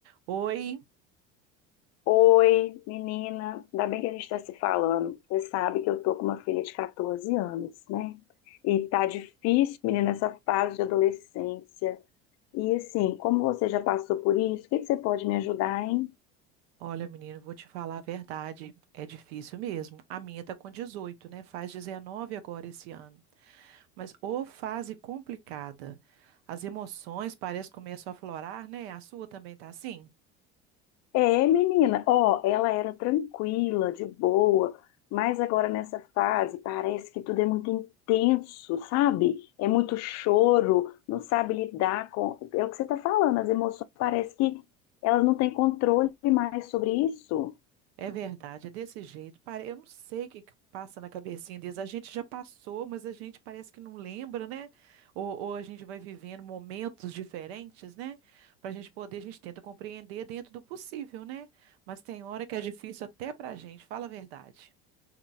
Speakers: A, on the right; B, on the left.
A: Oi,
B: Oi, menina, ainda bem que a gente está se falando. Você sabe que eu tô com uma filha de 14 anos, né? E tá difícil, menina, essa fase de adolescência. E assim, como você já passou por isso, o que que você pode me ajudar, hein?
A: olha, menino, vou te falar a verdade. É difícil mesmo. A minha tá com 18, né? Faz 19 agora esse ano. Mas ô fase complicada. As emoções parece que começam a aflorar, né? A sua também tá assim?
B: É, menina, ó, ela era tranquila, de boa, mas agora nessa fase parece que tudo é muito intenso, sabe? É muito choro, não sabe lidar com. É o que você tá falando, as emoções parece que elas não têm controle mais sobre isso.
A: É verdade, é desse jeito. Pare- Eu não sei o que que passa na cabecinha deles. A gente já passou, mas a gente parece que não lembra, né? Ou, ou a gente vai vivendo momentos diferentes, né? Para a gente poder, a gente tenta compreender dentro do possível, né? Mas tem hora que é difícil até para a gente, fala a verdade.